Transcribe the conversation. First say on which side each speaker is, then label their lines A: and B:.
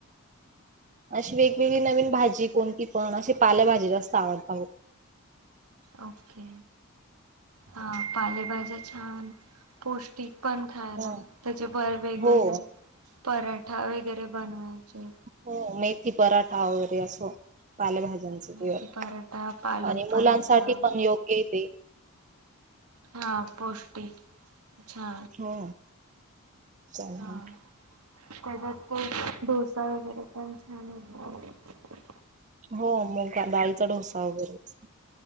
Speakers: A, on the right (about 35°); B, on the right (about 85°).
A: अशी वेगवेगळी नवीन भाजी कोणती पण अशी पाल्याभाजी जास्त आवडत आव
B: ओके हा पालेभाज्या छान पौष्टिक पण खायला
A: हो
B: त्याचे भर वेगवेगळे
A: हो
B: पराठा वगैरे बनवायचे.
A: हो मेथी पराठा वगैरे असं पालभाज्यांच
B: मेथी
A: पिवर
B: पराठा पालक
A: आणि मुलांसाठी
B: पराठा
A: पण योग्यय ते
B: हा पौष्टिक अच्छा
A: हो चालेल.
B: हा <unintelligible> डोसा वगैरे पण छान होतो.
A: हो मग डाळीचा डोसा वगैरेच